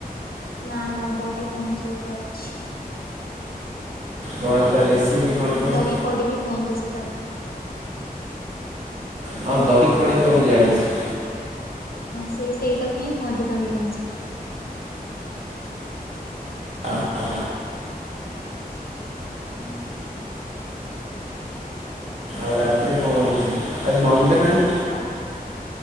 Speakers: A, on the left; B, on the right.
A: ନା, ନା, ଦହି କାଞ୍ଜି ଗୋଟେ ଅଛି।
B: କଣ ତା ରେସିପି କଣ କଇଲ?
A: ଦହି କଡି ବି କୁହନ୍ତି, ସେଟାଉ
B: ହଁ, ଦହି କଡି ତ ମୁଁ ଜାଣିଛି।
A: ହଁ, ସେଇ ସେଇଟାକୁ ହିଁ, କୁହନ୍ତି ଦହିକାଞ୍ଜି।
B: ଅହ ଅହ।
A: ହୁଁ।
B: ଆଉ ରାତିରେ କଣ ବନୁଛି? ଆଜି ନନ୍ ବେ ନାହିଁ?
A: ରାତ୍